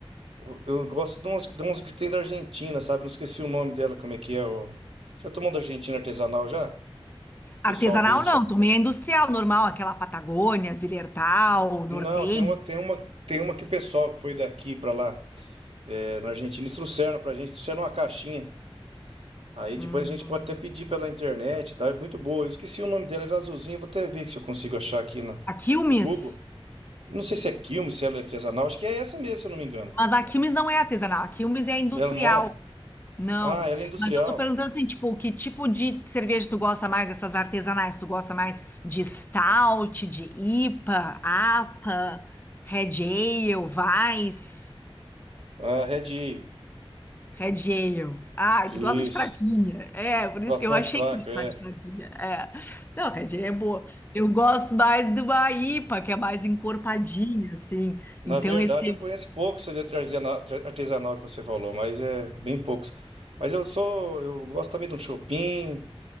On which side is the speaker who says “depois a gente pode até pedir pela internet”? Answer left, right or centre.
Right